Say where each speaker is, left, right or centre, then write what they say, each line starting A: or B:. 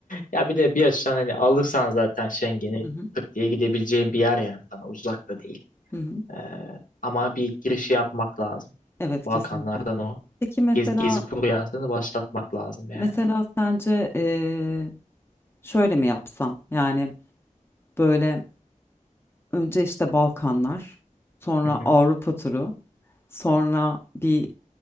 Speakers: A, on the left (about 75°); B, on the left (about 15°).
A: Ya bir de bir açıdan hani alırsan zaten Schengen'i
B: hı hı.
A: tık diye gidebileceğin bir yer yani sana uzak da değil.
B: hı hı.
A: Ee, ama bir girişi yapmak lazım.
B: Evet
A: Balkanlardan
B: kesinlikle.
A: o
B: Peki mesela
A: gezi, gezi furyasını başlatmak lazım yani.
B: mesela sence eee, şöyle mi yapsam? Yani böyle önce işte Balkanlar, sonra
A: Hı hı.
B: Avrupa turu, sonra bir